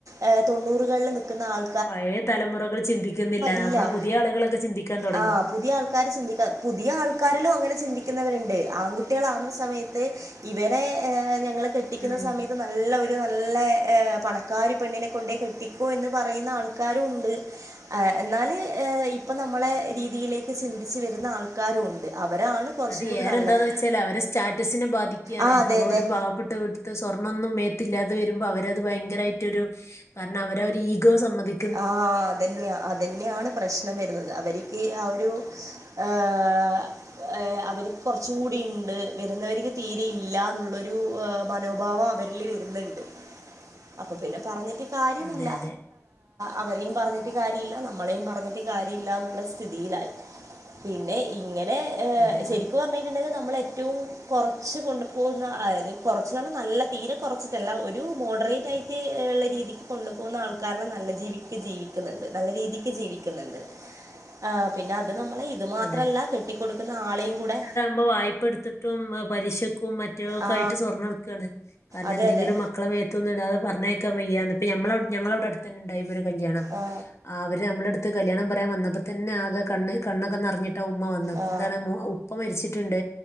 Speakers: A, on the right; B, on the left.
A: ഏ തൊണ്ണൂറുകളിൽ നിക്കുന്ന ആൾ.
B: പഴയ തലമുറകൾ ചിന്തിക്കുന്നില്ല
A: ഇല്ല
B: നമ്മള് പുതിയ ആളുകളൊക്കെ ചിന്തിക്കാൻ തൊടങ്ങി.
A: ആ പുതിയ ആൾക്കാർ ചിന്തിക്കാ പുതിയ ആൾക്കാരിലും അങ്ങനെ ചിന്തിക്കുന്നവരുണ്ട് ആൺകുട്ടികളാാവുന്ന സമയത്ത്. ഇവരെ എ ഞങ്ങള് കെട്ടിക്കുന്ന
B: ഉം
A: സമയ ത്ത് നല്ല ഒരു നല്ല പണക്കാരി പെണ്ണിനെ കൊണ്ടേ കെട്ടിക്കൂ എന്ന് പറയുന്ന ആൾക്കാരുണ്ട്. ഏഹ് എന്നാല് ഏ ഇപ്പം നമ്മളെ രീതിയിലേക്ക് ചിന്തിച്ച് വരുന്ന ആൾക്കാരുണ്ട്. അവരാണ്. കുറച്ചും
B: അത്
A: കൂടി
B: ഏറെന്താന്ന്
A: നല്ലത്
B: വെച്ചാല് അവരെ സ്റ്റാറ്റസിനെ ബാധിക്കുകയാണ്
A: ആ അതെ
B: അപ്പൊ
A: അതെ
B: ഒരു പാവപ്പെട്ട വീ ത്ത് സ്വർണ്ണൊന്നും മേത്തില്ലാതെ വരുമ്പോ അവരത് ഭയങ്കരായിട്ടൊരു കാരണം അവര ഒരു ഈഗോ സമ്മതി
A: ആഹ് അതന്നെയാ അതന്നെയാണ് പ്രശ്നം വരുന്നത്. അവരിക്ക് ആ ഒരു ആഹ്. ഏ അവര്ക് കൊർച്ച് കൂടി ണ്ട് വരുന്നവര്ക്ക് തീരെയില്ല ന്നുള്ളൊരു മനോഭാവാ വെരളി വരുന്നുണ്ട് അപ്പൊ പിന്നെ പറഞ്ഞിട്ട് കാര്യമില്ല.
B: അതെ അതെ
A: അവരേയും പറഞ്ഞിട്ട് കാര്യ ഇല്ല നമ്മളെയും പറഞ്ഞിട്ട് കാര്യ ഇല്ലാന്നുള്ള സ്ഥിതിയിലായി. പിന്നെ ഇങ്ങനെ ഏ
B: അതെ
A: ശരിക്കും പറഞ്ഞിട്ടുണ്ടെങ്കി നമ്മളെറ്റവും. കൊറച്ച് കൊണ്ടു പോകുന്ന അതായത് കൊറച്ച് ന്നർഞ നല്ല തീരെ കൊറച്ചിട്ടല്ല ഒരു മോഡറേറ്റായി ട്ട് ള്ള രീതിക്ക് കൊണ്ടു പോക്ന്ന ആൾക്കാരള നല്ലത്. ജീവിക്ക് ജീവിക്കുന്നുണ്ട് നല്ല രീതിക്ക് ജീവിക്കുന്നുണ്ട് ആഹ് പിന്നത് നമ്മളെ. തു മാത്രല്ല
B: അതെ
A: കെട്ടിക്കൊടുക്കുന്ന ആളെയും കൂടെ.
B: പ്പ വായ്പെടുത്തിട്ടും പലിശക്കും മറ്റഒക്കായിട്ട്
A: ആ
B: സ്വർണ്ണെടുക്കാണ് കാരണം
A: അതെ
B: എന്തെങ്കിലും
A: അതെ
B: മ ക്കള മേത്തൊന്ന്ടാതെ പറഞ്ഞേക്കാ വയ്യാന്ന് ഇപ്പ ഞമ്മള ഞങ്ങളവിടെ അടുത്തന്നെണ്ടായിപ്പോ ഒരു കല്യാണപ്പൊ.
A: ആ
B: ആഹ് അവര് നമ്മളടുത്ത് കല്യാണം പറയാൻ വന്നപ്പ തന്നെ ആകെ കണ്ണ് കണ്ണൊക്കെ നെർഞ്ഞ് ട്ട ഉമ്മ വന്ന
A: ആ
B: ന്താണ് ഉപ്പ മരിച്ചിട്ടുണ്ട്.